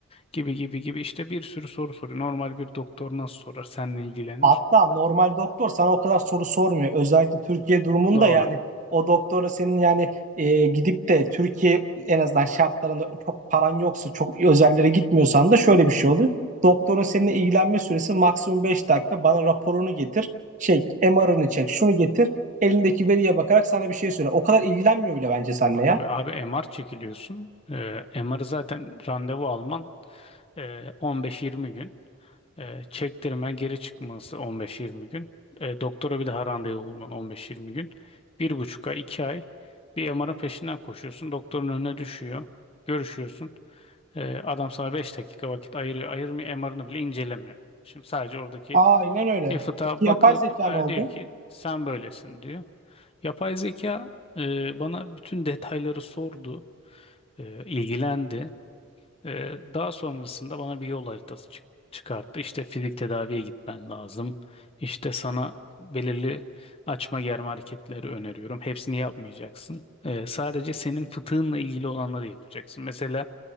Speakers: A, on the left; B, on the right.
A: gibi gibi gibi işte bir sürü soru soruyor. Normal bir doktor nasıl sorar, seninle ilgilenir.
B: Hatta normal doktor sana o kadar soru sormuyor. Özellikle Türkiye durumunda
A: Doğru.
B: yani o doktora senin yani e, gidip de Türkiye en azından şartlarında çok paran yoksa çok özellere gitmiyorsan da şöyle bir şey oluyor. Doktorun seninle ilgilenme süresi maksimum 5 dakika. Bana raporunu getir. Şey MR'ını çek. Şunu getir. Elindeki veriye bakarak sana bir şey söyle. O kadar ilgilenmiyor bile bence seninle ya.
A: Tabii abi MR çekiliyorsun. Ee, MR'ı zaten randevu alman e, 15-20 gün. E, çektirmen geri çıkması 15-20 gün. E, doktora bir daha randevu bulman 15-20 gün. Bir buçuk ay, iki ay bir MR'ın peşinden koşuyorsun. Doktorun önüne düşüyor. Görüşüyorsun. E, adam sana 5 dakika vakit ayırıyor. Ayırmıyor. MR'ını bile incelemiyor. Şimdi sadece oradaki
B: Aynen öyle.
A: bir fıtığa
B: Yapay
A: bakıp
B: zeka
A: e,
B: ne oldu?
A: diyor ki sen böylesin diyor. Yapay zeka e, bana bütün detayları sordu. E, ilgilendi. Ee, daha sonrasında bana bir yol haritası çık- çıkarttı. İşte fizik tedaviye gitmen lazım. İşte sana belirli açma germe hareketleri öneriyorum. Hepsini yapmayacaksın. Ee, sadece senin fıtığınla ilgili olanları yapacaksın. Mesela